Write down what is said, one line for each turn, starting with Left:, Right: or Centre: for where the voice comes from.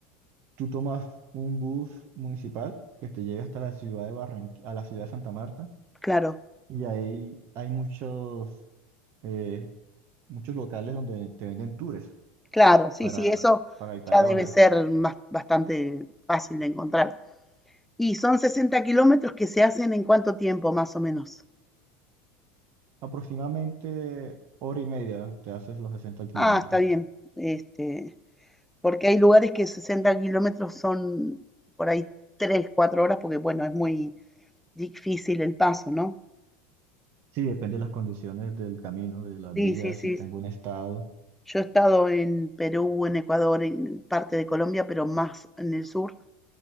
Right: tú tomas un bus municipal que te llega hasta la ciudad de Barranquilla, a la ciudad de Santa Marta
Centre: claro,
Right: y ahí hay muchos, eh, muchos locales donde te venden tours
Centre: claro, sí,
Right: para,
Centre: sí, eso
Right: para el Tayrona.
Centre: ya debe ser más, bastante fácil de encontrar. Y son 60 kilómetros que se hacen en cuánto tiempo, más o menos.
Right: Aproximadamente hora y media te haces los 60 kilómetros.
Centre: Ah, está bien. Este, porque hay lugares que 60 kilómetros son por ahí 3 4 horas, porque bueno, es muy difícil el paso, ¿no?
Right: Sí, depende de las condiciones del camino, de las
Centre: Sí,
Right: vías,
Centre: sí, sí.
Right: si está en buen estado.
Centre: Yo he estado en Perú, en Ecuador, en parte de Colombia, pero más en el sur,